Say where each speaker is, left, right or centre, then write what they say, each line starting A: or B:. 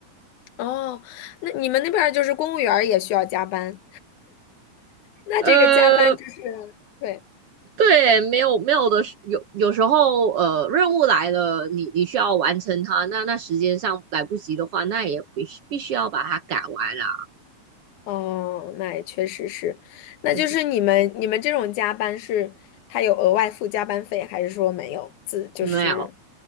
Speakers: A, on the left (about 65°); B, on the right (about 70°).
A: 嗯，哦，那你们那边儿就是公务员儿也需要加班，那这个加班就是对。
B: 呃，对，没有没有的时，有有时候呃，任务来了，你你需要完成它，那那时间上来不及的话，那也必须必须要把它赶完啊。
A: 哦，那也确实是，那就是你们你们这种加班是他有额外付加班费，
B: 对对，
A: 还是说没有自就是
B: 没有，